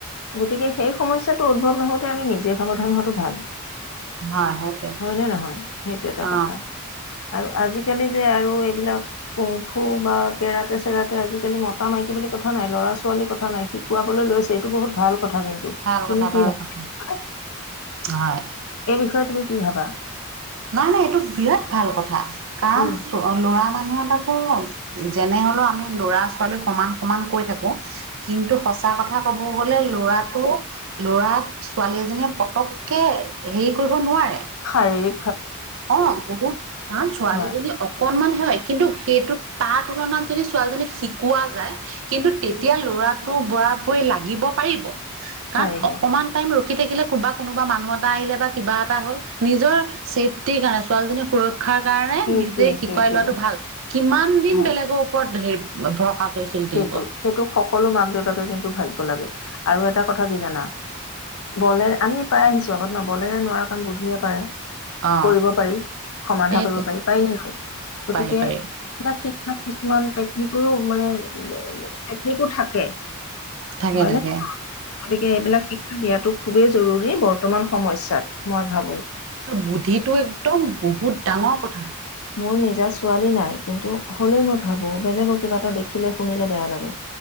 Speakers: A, on the left; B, on the right.
A: গতিকে সেই সমস্যাটো উদ্ভৱ নহওঁতে আমি নিজে সাৱধান হোৱাটো ভাল।
B: হয় সেইটোৱে
A: হয় নে নহয় সেইটো এটা
B: অ
A: কথা আৰু আজিকালি যে আৰু এইবিলাক কুমফু বা কেৰাতে-চেৰাতে আজিকালি মতা-মাইকী বুলি কথা নাই ল'ৰা-ছোৱালীৰ কথা নাই শিকোৱাবলৈ লৈছে, এইটো বহুত ভাল কথা কিন্তু
B: ভাল
A: তুমি
B: কথা
A: কি ভাল
B: কথা হয়।
A: সেই বিষয়ে তুমি কি ভাবা?
B: নাই নাই এইটো বিৰাট ভাল কথা। কাৰণ
A: উম।
B: চো ল'ৰা মানুহৰ কথাটো ন' যেনে হ'লেও আমি ল'ৰা-ছোৱালী সমান সমান কৈ থাকো। কিন্তু সঁচা কথা কব গলে ল'ৰাটো ল'ৰাক, ছোৱালী এজনীয়ে পতককে হেৰি কৰিব নোৱাৰে।
A: হেৰি।
B: অ, বহুত তাৰ ছোৱালী
A: হয়
B: জনী অকনমান। হয় কিন্তু সেইটো তাৰ তুলনাত যদি ছোৱালীজনীক শিকোৱা যায় কিন্তু তেতিয়া ল'ৰাটো বৰা ব লাগিব পাৰিব। কাৰণ
A: পাৰিব
B: অকমান টাইম ৰখি থাকি দেখিলে কবা কোনোবা মানুহ এটা আহিলে বা কিবা এটা হ'ল নিজৰ। চেফ্টিৰ কাৰণে ছোৱালীজনী সুৰ ক্ষাৰ কাৰণে
A: সেইটোৱে
B: নিজে শিকাই
A: সেইটোৱে
B: লোৱাটো ভাল, কিমান দিন
A: হয়।
B: বেলেগৰ ওপৰত ধৰি। ভৰসা। কৰি চলি
A: সেইটো
B: থাকিব
A: সেইটো সকলো মাক দেউতাকে কিন্তু ভাবিব। লাগে আৰু এটা কথা কি জানা বলে আমি পাই আহিছো আগত ন বলেৰে নোৱাৰা কাম বুদ্ধিৰে পাৰে
B: অ
A: কৰিব পাৰি, সমাধা
B: সেইটোৱে
A: কৰিব পাৰি, পাৰি নে নোৱাৰি গতিকে
B: পাৰি পাৰি
A: এইবিলাক শিকা শিক্ষাত কিছুমান টেকনিকেলো মানে। টেকনিকো থাকে।
B: থাকে
A: হয়
B: থাকে
A: নে? গতিকে এইবিলাক শিখ শিক্ষা দিয়াটো খুবেই জৰুৰী বৰ্তমান সমস্যাত মই ভাবো।
B: বুদ্ধিটো একদম বহুত ডাঙৰ কথা।
A: মোৰ নিজা ছোৱালী নাই, কিন্তু হ'লেও মই ভাবো বেলেগৰ কিবা এটা দেখিলে শুনিলে বেয়া লাগে।